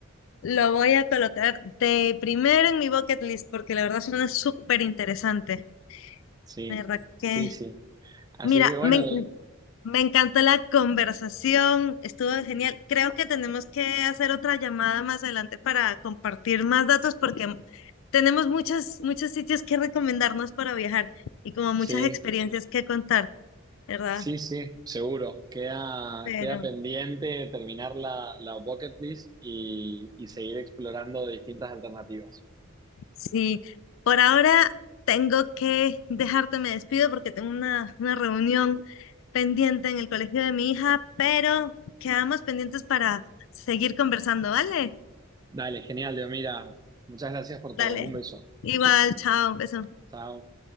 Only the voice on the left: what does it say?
Lo voy a colocar de primero en mi bucket list porque la verdad suena súper interesante.
La verdad que,
mira,
me, en- me encantó la conversación, estuvo genial. Creo que tenemos que hacer otra llamada más adelante para compartir más datos porque tenemos muchos, muchos sitios que recomendarnos para viajar y como muchas
experiencias que contar, ¿verdad?
Pero
Sí, por ahora tengo que dejarte, me despido porque tengo una, una reunión pendiente en el colegio de mi hija, pero quedamos pendientes para seguir conversando, ¿vale?
Dale.
Igual, chao, un beso.